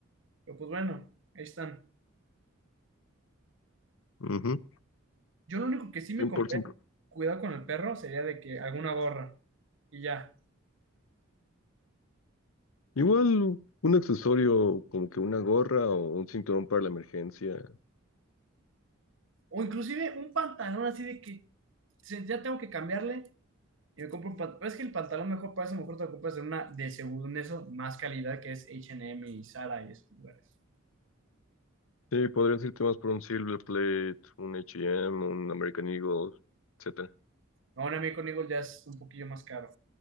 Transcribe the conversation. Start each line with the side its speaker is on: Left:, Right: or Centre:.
Right: pero pues bueno, ahí están.
Left: Ujú.
Right: Yo lo único que sí me
Left: 100%.
Right: compré, cuidado con el perro, sería de que alguna gorra y ya.
Left: Igual un accesorio como que una gorra o un cinturón para la emergencia.
Right: O inclusive un pantalón así de que se- ya tengo que cambiarle y me compro un pantalón. Es que el pantalón mejor para eso, mejor te lo compras en una de según eso, más calidad que es H&M y Zara y esos lugares.
Left: Sí, podrías irte más por un Silver Plate, un H&M, un American Eagle, etcétera.
Right: Ahora a mí con Eagle ya es un poquillo más caro.